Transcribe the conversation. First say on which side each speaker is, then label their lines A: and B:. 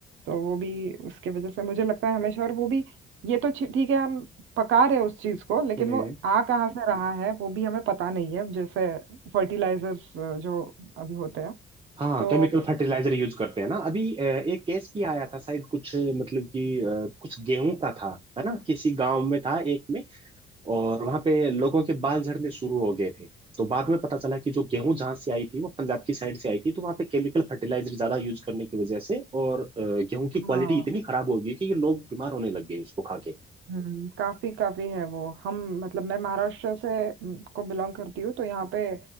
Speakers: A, on the right (about 80°); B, on the right (about 25°).
A: तो वो भी उसके वजह से मुझे लगता है हमेशा और वो भी ये तो छी- ठीक है हम पका रहे हैं उस चीज को लेकिन
B: हम्म।
A: वो आ कहाँ से रहा है वो भी हमें पता नहीं है जैसे फर्टिलाइजर्स जो अभी होते हैं
B: हाँ
A: तो
B: केमिकल फर्टिलाइजर यूज करते हैं ना अभी अ, एक केस भी आया था शायद कुछ मतलब कि अ, कुछ गेहूं का था है ना किसी गांव में था एक में और वहां पे लोगों के बाल झड़ने शुरू हो गए थे तो बाद में पता चला कि जो गेहूं जहां से आई थी वो पंजाब की साइड से आई थी तो वहां पे केमिकल फर्टिलाइजर ज्यादा यूज करने की वजह से और अ, गेहूं की क्वालिटी
A: हाँ
B: इतनी खराब हो गई कि ये लोग बीमार होने लग गए उसको खा के
A: हम्म काफी काफी है वो हम मतलब मैं महाराष्ट्र से म, को बिलोंग करती हूँ तो यहाँ पे